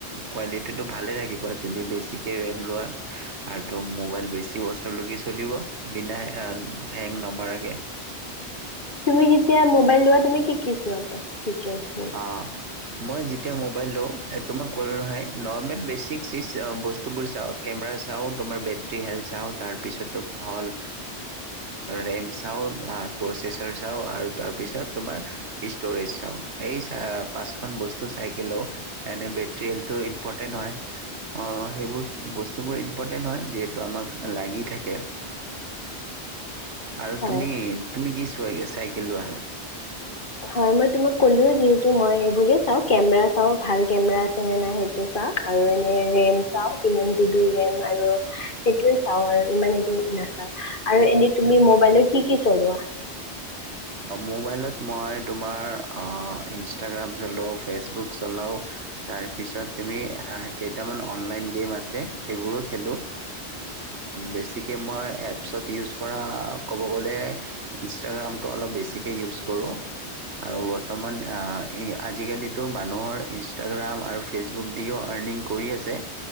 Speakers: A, on the right (about 80°); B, on the left (about 50°).
A: কোৱালিটি। টো ভালে থাকিব যদি বেছিকে ৰেম লোৱা আৰুটো মোবাইল বেছি বচৰলৈকে চলিব বিনা হেং নমাৰাকে।
B: তুমি যেতিয়া মবাইল লোৱা তুমি কি কি চোৱাতে? ফিচাৰছবোৰ।
A: অ মই যেতিয়া মোবাইল লওঁ তোমাক কলোঁ নহয় নৰ্মেল বেচিক চিজ বস্তুবোৰ চাওঁ কেমেৰা চাওঁ তোমাৰ বেটেৰী হেল্থ চাওঁ তাৰপিছত তোমাৰ হ'ল ৰেম চাওঁ প্ৰচেছাৰ চাওঁ আৰু তাৰপিছত তোমাৰ ষ্ট'ৰেজ চাওঁ। সেই চ পাঁচখনন বস্তু চাইক লও এনে বেটেৰি হেল্থটো ইম্পৰ্টেন্ট হয় আহ সেইবোৰ বস্তুবোৰ ইম্পৰ্টেণ্ট হয় যিহেতু আমাক লাগি থাকে। আৰু
B: হয়
A: তুমি তুমি কি চোৱাে চাইকেল লোৱা।
B: হয় বোলে তোমাক কলো যিহেতু এইবোৰ যে চাওঁ কেমেৰা চাওঁ ভাল কেমেৰা আছে নে নাই সেইটো চাওঁ আৰু এনেই ৰেম চাওঁ কিমান জিবি ৰেম আৰু সেইটোৱে চাওঁ মই ইমান এইটো নাচাওঁ আৰু এই তুমি মোবাইলত টো কি কি চলোৱা?
A: মোবাইলত মই তোমাৰ ইনষ্টাগ্ৰাম চলাওঁ ফেচবুক চলাওঁ তাৰপিছত তুমি কেইটামান অনলাইন গেম আছে সেইবোৰো খেলো। বেছিকৈ মই এপ। তাৰপিছত ইউজ কৰা ক'ব গ'লে ইনষ্টাগ্ৰাম। পোৰা অলপ বেছিকে উইজ কৰোঁ আৰু বৰ্তমান আঁ আজি কালি টো মানুহৰ ইনষ্ট্ৰাগ্ৰাম, ফেচবুক, দিও আৰনিং কৰি আছে।